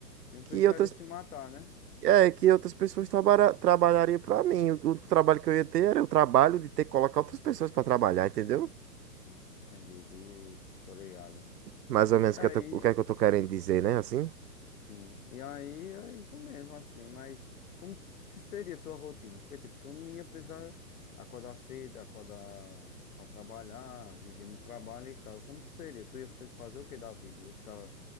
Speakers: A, on the left; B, on the right.
A: E não
B: que
A: precisaria
B: outras,
A: se matar, né?
B: é, que outras pessoas trabalha, trabalhariam pra mim. O, o trabalho que eu ia ter era o trabalho de ter que colocar outras pessoas pra trabalhar, entendeu?
A: Hum, Entendi, de... tô ligado.
B: Mais ou menos
A: Aí,
B: o que, eu tô- o que é que eu tô querendo dizer, né? Assim,
A: sim. E aí é isso mesmo, assim. Mas como t- seria a tua rotina? Porque, tipo, tu não ia precisar acordar cedo, acordar pra trabalhar, viver no trabalho e tal. Como seria? Tu ia fa- fazer o que da vida? Ia ficar